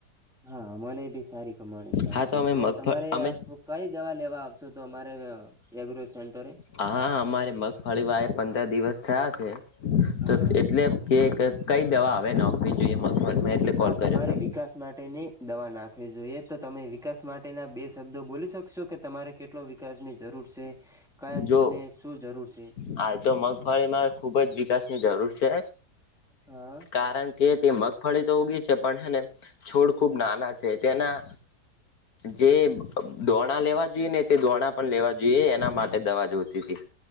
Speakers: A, in the centre; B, on the left.
A: હા મને ભી સારી કમાણી
B: હા અમે
A: તો
B: મગફળ
A: તમારે
B: અમે
A: આપ કઈ દવા લેવા આવશો તો અમારે એગ્રો સેન્ટરે
B: હા અમારે મગફળી વાએ પંદર દિવસ થયા છે.
A: હા
B: તો એટલે કે કઈ દવા આવે નોખવી જોઈએ મેં એટલે કોલ
A: હા
B: કર્યો
A: તમારે
B: હતો.
A: વિકાસ માટેની દવા નાખવી જોઈએ તો તમે વિકાસ માટેના બે શબ્દો બોલી શકશો કે તમારે કેટલો વિકાસની જરૂર છે. કયા
B: જો
A: છોડને શું જરૂર છે
B: હાલ તો મગફળીમાં ખુબ જ વિકાસ જરૂર છે.
A: હા
B: કારણ કે તે મગ ફળી તો ઊગી છે પણ હને છોડ ખૂબ નાના છે તેના જે દોણા લેવા જોઈએ ને તે દોણા પણ લેવા જોઈએ એના માટે દવા જોતી હતી.